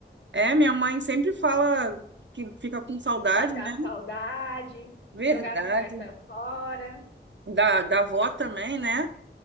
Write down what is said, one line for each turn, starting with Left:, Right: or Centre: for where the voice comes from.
Right: É, minha mãe sempre fala que fica com saudade,
Left: matar
Right: né?
Left: a saudade,
Right: Verdade.
Left: jogar a conversa fora,
Right: Da, da avó também, né?